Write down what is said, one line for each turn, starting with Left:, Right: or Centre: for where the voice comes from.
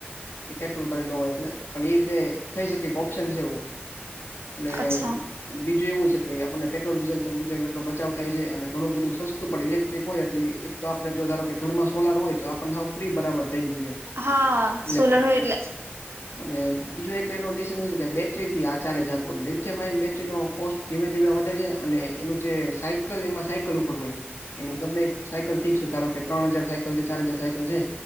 Left: એ પેટ્રોલ કર્યો ન હોય એટલે પણ એ રીતે થઈ શકે કે ઓપ્શન છે એવું અને
Right: અચ્છા
Left: બીજું એવું છે કે આપને પેટ્રોલ ડીઝલ તમ કીધું એટલો બચાવ થાય છે અને ઘણું બધું સસ્તું પણ ઇલેક્ટ્રિક હોય એટલે એક તો આપડણે જો ધારો કે ઘરમાં સોલાર હોય તો આપણને હું ફ્રી બરાબર થઈ ગયું છે
Right: હા
Left: ઇલેક્ટ્રિક
Right: સોલર હોય એટલે
Left: અને બીજું એક એનું ડિશન હોય છે કે બેટરીથી આ ચાલે છે આપ લીથી એમ બેટરીનો પોસ્ટ ધીમે ધીમે વધે છે અને એનું જે સાયકલ એમાં સાયકલ ઉપર હોય એની ગમે સાયકલ ફિક્સ ધારો કે ત્રણ હજાર સાયકલ છે ચાર હજાર સાયકલ છે